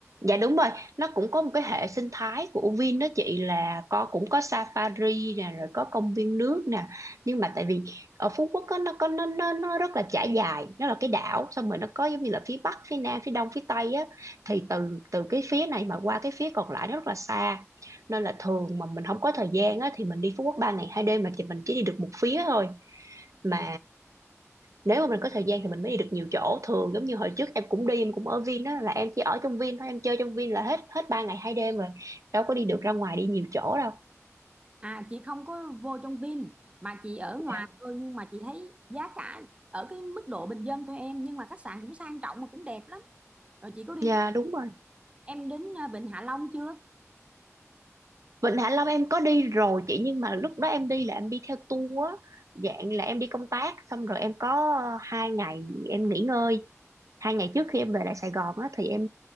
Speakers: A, on the right; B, on the right.
A: Dạ đúng rồi, nó cũng có một cái hệ sinh thái của Vin đó chị là có cũng có safari nè rồi có công viên nước nè. Nhưng mà tại vì ở Phú Quốc á, nó có nó nó nó rất là trải dài, nó là cái đảo xong rồi nó có giống như là phía bắc, phía nam, phía đông, phía tây á thì từ từ cái phía này mà qua cái phía còn lại nó rất là xa. Nên là thường mà mình không có thời gian á thì mình đi Phú Quốc 3 ngày 2 đêm là chị mình chỉ đi được một phía thôi. Mà nếu mà mình có thời gian thì mình mới đi được nhiều chỗ thường giống như hồi trước em cũng đi em cũng ở Vin á là em chỉ ở trong Vin thôi em chơi trong Vin là hết hết ba ngày hai đêm rồi đâu có đi được ra ngoài đi nhiều chỗ đâu
B: À chị không có vô trong Vin mà chị ở
A: dạ
B: ngoài thôi nhưng mà chị thấy giá cả ở cái mức độ bình dân thôi em nhưng mà khách sạn cũng sang trọng mà cũng đẹp lắm. Rồi chị có đi
A: Dạ, đúng rồi
B: em đến à, Vịnh Hạ Long chưa?
A: Vịnh Hạ Long em có đi rồi chị nhưng mà lúc đó em đi là em đi theo tour á, dạng là em đi công tác xong rồi em có ờ, hai ngày em nghỉ ngơi hai ngày trước khi em về lại Sài Gòn á thì em